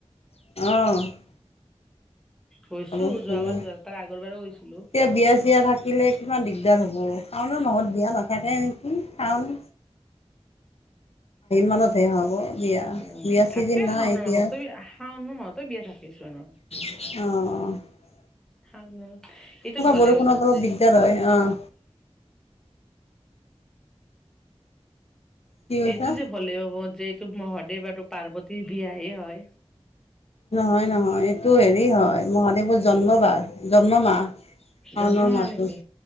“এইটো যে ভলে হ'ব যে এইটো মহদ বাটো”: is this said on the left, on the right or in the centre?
Centre